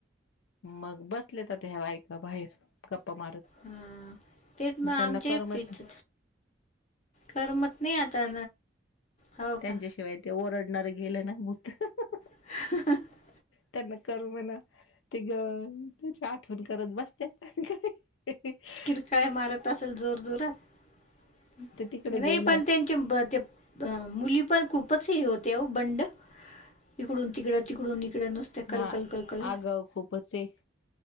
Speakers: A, on the left; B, on the left.
A: मग बसले का ऐका बाहेर गप्पा मारत.
B: हा तेच मग आमच्या
A: त्यांना करमत
B: ही फ्रीज करमत नाही आता हो
A: त्यांच्याशिवाय
B: का.
A: ते ओरडणारं गेलं ना भूत. <unintelligible>
B: <unintelligible>
A: त्यांना करू म्हणा ते ग त्याची आठवण करत बसत्यात. <unintelligible>
B: किरकाळ मारत असेल जोर जोरात
A: तर तिकडे
B: नाही
A: गेला
B: पण त्यां ते प ते मुली पण खूपच हे होत्या हो बंड. इकडून तिकड तिकडून इकड नसत्या कलकल
A: हा
B: कलकल.
A: <unintelligible> खूपच आहे.